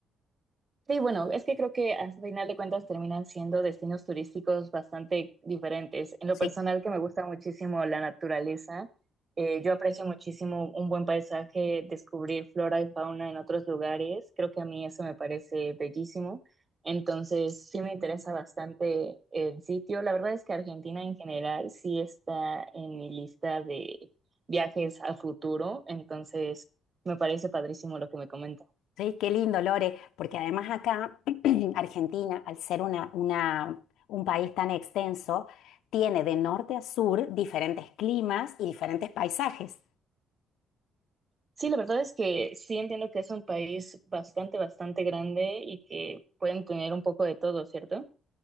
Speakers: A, on the right; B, on the left.
A: Sí, bueno, es que creo que al final de cuentas terminan siendo destinos turísticos bastante diferentes. En lo
B: Sí,
A: personal que me gusta muchísimo la naturaleza, eh, yo aprecio muchísimo un buen paisaje, descubrir flora y fauna en otros lugares, creo que a mí eso me parece bellísimo. Entonces, sí me interesa bastante el sitio. La verdad es que Argentina en general sí está en mi lista de viajes al futuro, entonces me parece padrísimo lo que me comentas.
B: Sí, qué lindo, Lore, porque además acá <clears throat> Argentina, al ser una, una- un país tan extenso, tiene de norte a sur diferentes climas y diferentes paisajes.
A: Sí, la verdad es que sí entiendo que es un país bastante, bastante grande y que pueden tener un poco de todo, ¿cierto?